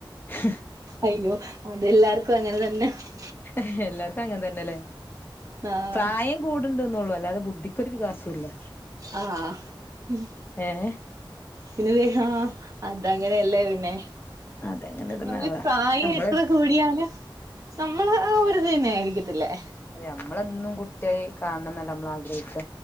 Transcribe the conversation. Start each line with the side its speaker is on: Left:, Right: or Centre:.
Left: ഹ് ഹ്
Right: അയ്യോ അതെല്ലാർക്കും അങ്ങനെ തന്നെ ഹ
Left: ഹ് ഹ് എല്ലാർക്കും അങ്ങൻ തന്നെല്ലേ
Right: ആഹ്
Left: പ്രായം കൂടുണ്ട്ന്ന്ളളു അല്ലാതെ ബുദ്ധിക്കരു വികാസവും ഇല്ല
Right: ആ ഹ്
Left: ഏഹ്
Right: പിന്നേ ഹാ അതങ്ങനെയല്ലേ പിന്നെ
Left: അതങ്ങനെ തന്നാവാ
Right: നമ്മക്ക് പ്രായം
Left: നമ്മള്
Right: എത്ര കൂടിയാലും നമ്മള് ആ ഒരുതുന്നായിരിക്കത്തില്ലേ
Left: അതെ നമ്മളന്നും കുട്ടിയായി കാണണം എന്നല്ല നമ്മളാഗ്രഹിക്ക